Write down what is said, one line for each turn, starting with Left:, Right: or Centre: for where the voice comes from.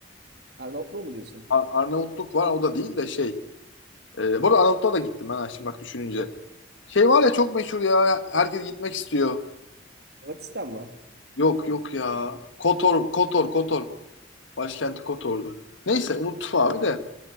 Right: Arnavutluğu mu diyorsun?
Left: A- Arnavutluk var o da değil de şey e, bu arada Arnavutluğa da gittim ben ha, şimdi bak düşününce
Right: Hırvat-
Left: şey var ya çok meşhur ya herkes gitmek istiyor
Right: Hırvatistan mı?
Left: yok yok ya Kotor Kotor Kotor başkenti Kotor'du neyse unuttum abi de